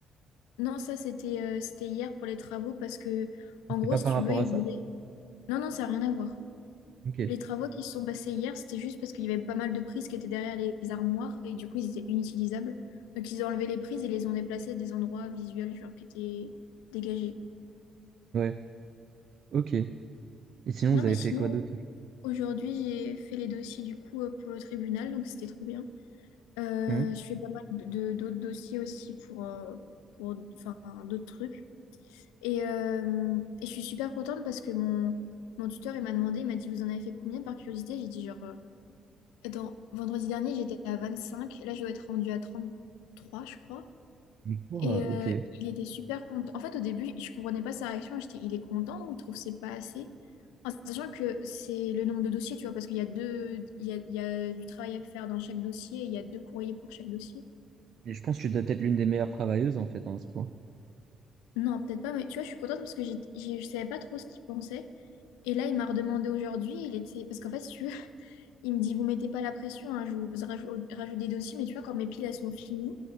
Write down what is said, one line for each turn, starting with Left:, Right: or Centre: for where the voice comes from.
Left: Non, ça c'était euh, c'était hier pour les travaux parce que en
Right: Mais
Left: gros,
Right: C'est pas
Left: si
Right: par
Left: tu
Right: rapport
Left: veux, ils
Right: à ça?
Left: voulaient. Non, non, ça n'a rien à voir.
Right: Ok.
Left: Les travaux qui se sont passés hier, c'était juste parce qu'il y avait pas mal de prises qui étaient derrière les armoires et du coup, ils étaient inutilisables. Donc ils ont enlevé les prises et les ont déplacées à des endroits visuels genre qui étaient dégagés.
Right: Ouais. Ok. Et sinon,
Left: Non,
Right: vous
Left: mais
Right: avez
Left: sinon,
Right: fait quoi d'autre? aujourd'hui
Left: aujourd'hui, j'ai fait les dossiers du coup euh, pour le tribunal, donc c'était trop bien. Euh,
Right: Hein
Left: je fais pas mal de de- d'autres dossiers aussi pour euh, pour enfin d'autres trucs. Et, euh, et je suis super contente parce que mon, mon tuteur, il m'a demandé, il m'a dit, vous en avez fait combien par curiosité? J'ai dit, genre, euh, attends, vendredi dernier, j'étais à 25 là, je dois être rendue à trente trois je crois.
Right: Mais quoi?
Left: Et euh,
Right: Ok. Et
Left: il était super content. En fait, au début, je comprenais pas sa réaction. J'étais, il est content ou il trouve que c'est pas assez? En sachant que c'est le nombre de dossiers, tu vois, parce qu'il y a deux, il y a, il y a du travail à faire dans chaque dossier, et il y a deux courriers pour chaque dossier.
Right: je pense que tu dois être l'une des meilleures travailleuses, en fait, hein, à ce point.
Left: Non, peut-être pas, mais tu vois, je suis contente parce que j'ai, j'ai- je savais pas trop ce qu'il pensait. Et là, il m'a redemandé aujourd'hui, il était... Parce qu'en fait, si tu veux, <laughs> il me dit, vous mettez pas la pression, hein, je vous raj- rajoute des dossiers, mais tu vois, quand mes piles, elles sont finies,